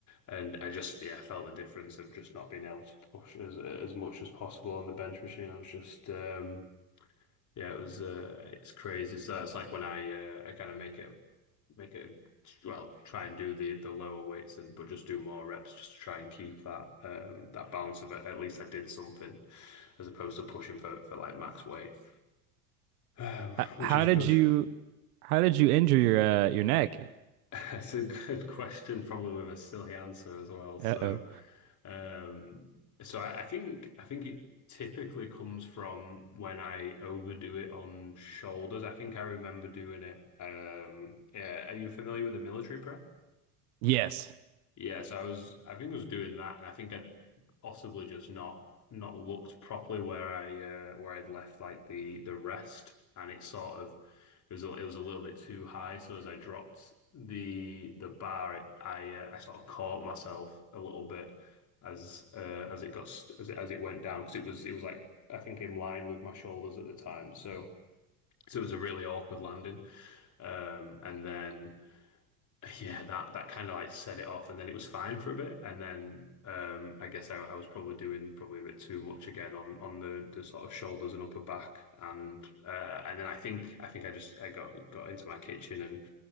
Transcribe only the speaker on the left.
and I just yeah felt the difference of just not being able to push as as much as possible on the bench machine. I was just um yeah it was uh it's crazy. So that's like when I uh, I kind of make it make it well try and do the the lower weights and but just do more reps just to try and keep that um that balance of it. At least I did something as opposed to pushing for for like max weight. Um,
which
is
good.
<laughs> It's a good question, probably with a silly answer as well. So,
um, so I, I think I think it typically comes from when I overdo it on shoulders. I think I remember doing it. Um, yeah, are you familiar with the military
yeah, so I was, I think I was doing that, and I think I'd possibly just not not looked properly where I uh, where I'd left like the the rest, and it sort of it was a, it was a little bit too high. So as I dropped the the bar, it, I uh, I sort of caught myself a little bit as uh, as it got st- as it as it went down because it was it was like I think in line with my shoulders at the time. So so it was a really awkward landing, um, and then yeah, that that kind of like set it off, and then it was fine for a bit, and then um, I guess I, I was probably doing probably a bit too much again on on the the sort of shoulders and upper back, and uh, and then I think I think I just I got got into my kitchen and